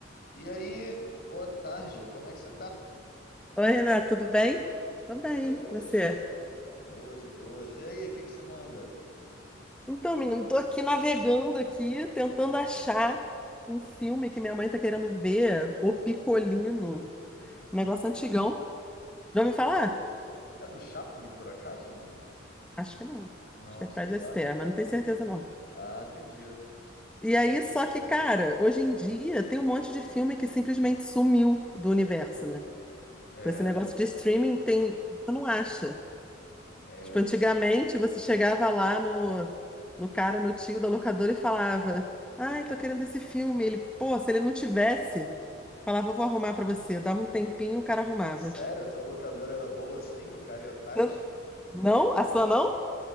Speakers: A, on the left; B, in the centre.
A: E aí, boa tarde, como é que você tá?
B: Oi, Renato, tudo bem? Tudo bem,
A: De boas,
B: e você?
A: de boas, de boas. E aí, o que que você manda?
B: Então, menino, tô aqui navegando aqui, tentando achar um filme que minha mãe tá querendo ver, O Picolino,
A: O
B: um negócio
A: Picolino.
B: antigão. Já ouviu falar?
A: É do Chaplin, por acaso, não?
B: Acho que não.
A: Não,
B: Acho que é
A: sei
B: Fred
A: lá.
B: Astaire, mas não tenho certeza não.
A: Ah, entendi.
B: E
A: Pô,
B: aí, só que, cara, hoje em dia tem um monte de filme que simplesmente sumiu do universo, né?
A: é,
B: Com esse negócio de streaming, tem... você não acha.
A: é,
B: Tipo,
A: às
B: antigamente
A: vezes-
B: você chegava lá no, no cara, no tio da locadora e falava: Ai, tô querendo esse filme. Ele, pô, se ele não tivesse, falava: Eu vou arrumar pra você. Dava um tempinho, o cara arrumava.
A: sério, tua locadora era boa assim? O cara ia atrás?
B: Eu- Não? A sua não?